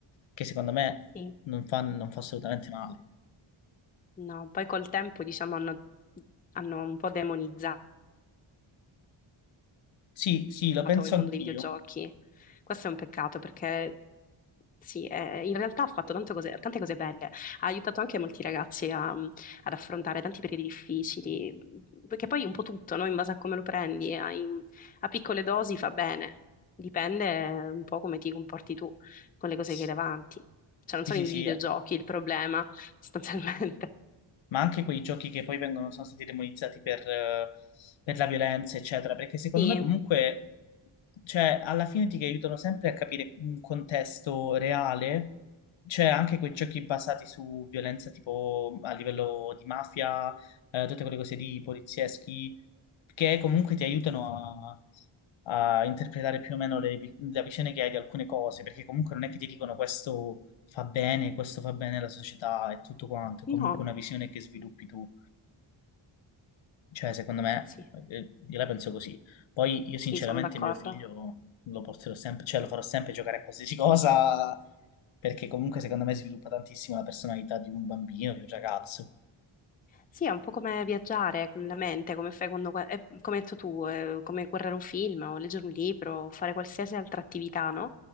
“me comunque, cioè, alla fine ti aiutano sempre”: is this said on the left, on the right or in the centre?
Left